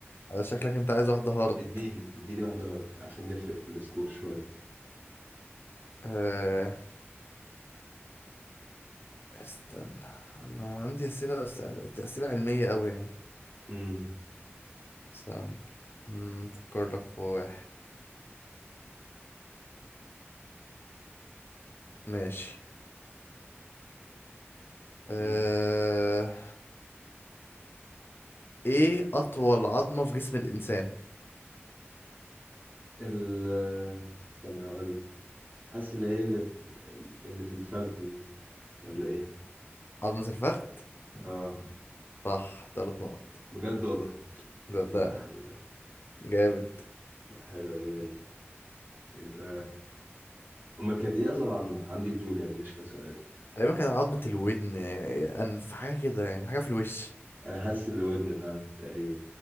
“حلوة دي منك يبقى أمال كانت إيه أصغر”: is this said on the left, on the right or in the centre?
Right